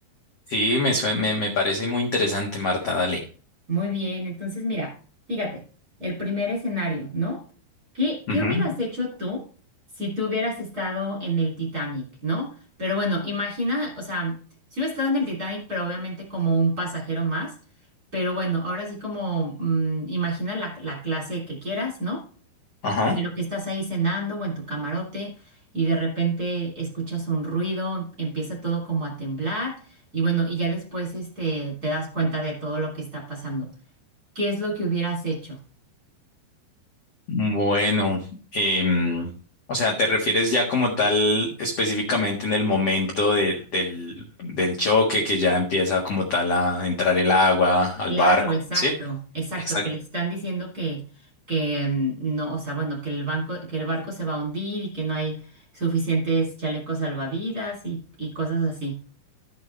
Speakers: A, on the left; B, on the right.
A: Sí, me, sue- me, me parece muy interesante, Marta, dale.
B: Muy bien, entonces mira, fíjate, el primer escenario, ¿no? ¿Qué,
A: Ujú,
B: qué hubieras hecho tú si tú hubieras estado en el Titanic, ¿no? Pero bueno, imagina, o sea, si hubiera estado en el Titanic, pero obviamente como un pasajero más, pero bueno, ahora sí como mm, imagina la, la clase que quieras, ¿no?
A: Ajá.
B: Pero que estás ahí cenando o en tu camarote y de repente escuchas un ruido, empieza todo como a temblar y bueno, y ya después este, te das cuenta de todo lo que está pasando. ¿Qué es lo que hubieras hecho?
A: Bueno, em, o sea, ¿te refieres ya como tal específicamente en el momento del, del, del choque que ya empieza como tal a entrar el agua al
B: Claro,
A: barco?
B: exacto,
A: Sí,
B: exacto,
A: exacto.
B: que les están diciendo que, que mm, no, o sea, bueno, que el banco, que el barco se va a hundir y que no hay suficientes chalecos salvavidas y, y cosas así.